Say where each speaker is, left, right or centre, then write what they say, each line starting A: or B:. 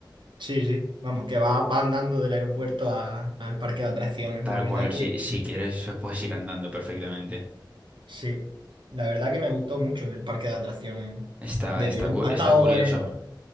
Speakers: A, on the right (about 75°); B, on the right (about 15°).
A: Sí, sí, vamos, que va, va andando del aeropuerto a- al parque de atracciones.
B: Tal
A: La verdad
B: cual, si, si quieres, <laughs> puedes ir andando perfectamente.
A: Sí, la verdad que me gustó mucho el parque de atracciones
B: Está,
A: de
B: está,
A: Bilum.
B: cu-
A: Ha estado
B: está curioso.
A: en,